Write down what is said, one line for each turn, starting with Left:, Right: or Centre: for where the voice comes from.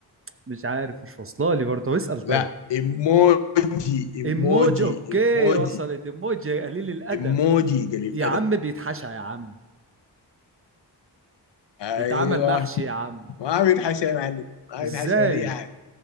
Right: مش عارف مش واصلة لي برضه اسأل
Left: لا
Right: طيب
Left: ايموجي ايموجي
Right: ايموجي اوكي
Left: ايموجي
Right: وصلت ايموجي قليل الأدب
Left: ايموجي قليل
Right: يا
Left: الادب
Right: عم بيتحشى يا عم
Left: ايوه
Right: بيتعمل محشي يا عم
Left: ما بيتحشى يا معلم ما
Right: ازاي
Left: بيتحشى ولا اي حاجه